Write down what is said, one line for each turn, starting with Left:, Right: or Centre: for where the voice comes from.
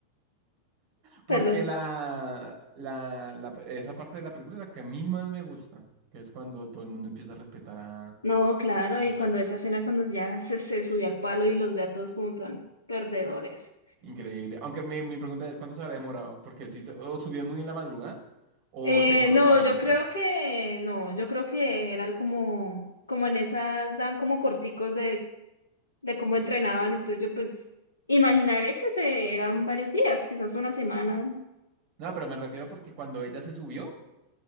Right: Porque
Left: Perdón.
Right: la, la, la- esa parte de la película es la que a mí más me gusta, que es cuando todo el mundo empieza a respetar a,
Left: No, claro,
Right: a Mulan.
Left: y cuando esa escena, cuando ya se, se subió al palo y los ve a todos como en plan perdedores.
Right: Increíble. Aunque mi, mi pregunta es, ¿cuánto se habrá demorado? Porque si se- o subió muy en la madrugada o
Left: Eh,
Right: se demoró
Left: no,
Right: toda la
Left: yo
Right: noche.
Left: creo que no, yo creo que eran como, como en esas, daban como corticos de, de cómo entrenaban, entonces yo pues imaginaré que se eran varios días, quizás una semana.
Right: No, pero me refiero porque cuando ella se subió,